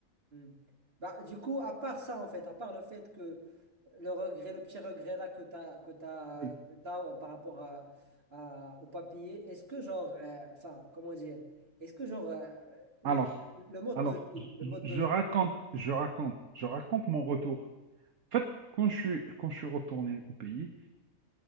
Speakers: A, on the right; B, on the right.
A: hmm. Bah, du coup, à part ça, en fait, à part le fait que le regret, le petit regret là que tu as, que t'as,
B: Oui.
A: que t'as euh, par rapport à, à- au papier, est-ce que genre, euh, enfin, comment dire, est-ce que genre, euh, le,
B: Alors,
A: le mode
B: alors,
A: de vie,
B: je,
A: le
B: je-
A: mode
B: je
A: de vie,
B: raconte, je raconte, je raconte mon retour. En fait, quand je suis, quand je suis retourné au pays,